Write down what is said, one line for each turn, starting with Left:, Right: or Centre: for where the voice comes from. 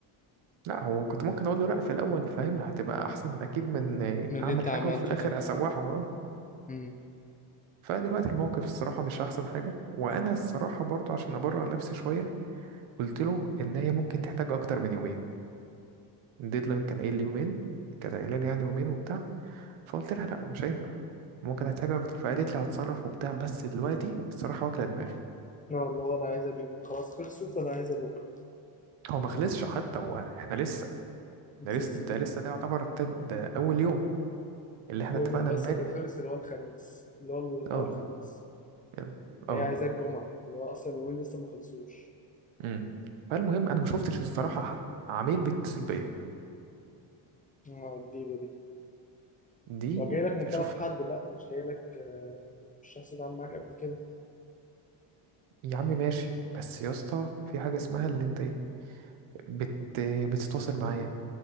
Right: لا هو كنت ممكن اقول له لا في الاول فاهم هتبقى احسن اكيد من آه،
Left: من اللي
Right: اعمل
Left: انت
Right: حاجه
Left: عملته
Right: وفي الاخر
Left: ده
Right: اسوحه اه
Left: امم
Right: فدلوقتي الموقف الصراحه مش احسن حاجه وانا الصراحه برضو عشان ابرر نفسي شويه قلت له ان هي ممكن تحتاج اكتر من يومين الديدلاين كان قايل لي يومين كانت قايله لي يعني يومين وبتاع فقلت لها لا مش هينفع ممكن هحتاج اكتر فقالت لي هتصرف وبتاع بس دلوقتي الصراحه واكله دماغي
Left: اه اللي هو انا عايزها اليومين خلاص خلصوا فانا عايزها بكره
Right: هو ما خلصش حتى هو احنا لسه
Left: نسيس
Right: ده لسه ده
Left: كده
Right: لسه ده يعتبر التد- ده اول يوم اللي احنا
Left: اول
Right: اتفقنا
Left: يوم بس
Right: امبارح
Left: اللي خلص اللي هو الخميس اللي هو ال- اه
Right: اه
Left: الخميس
Right: يلا.
Left: وهي
Right: اه
Left: عايزاه الجمعه اللي هو اصلا اليومين لسه ما خلصوش
Right: امم فالمهم انا ما شفتش الصراحه عميل بيتصل بيا
Left: اه الجديده دي
Right: دي
Left: هو جاي لك من
Right: اشوف
Left: طرف حد بقى مش جاي لك آه، مش شخص اتعامل معاك قبل كده
Right: يا عم ماشي بس يا اسطى في حاجه اسمها اللي انت ايه بت بتتواصل معايا